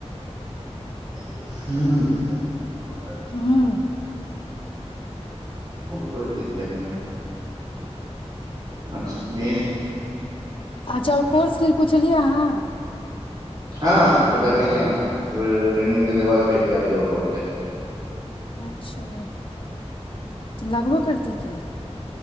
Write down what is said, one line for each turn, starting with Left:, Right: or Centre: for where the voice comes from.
Right: ह्म
Left: हँ
Right: कोइ दिक्कत नहि अच्छा नहि
Left: अच्छा उ कोर्स लेल पु छलियै अहाँ
Right: हँ पता केने आउ न जे ट्रेनिंग देलाक बाद फेर एग्जाम देबऽ पड़तै
Left: अच्छा लगबो करतै की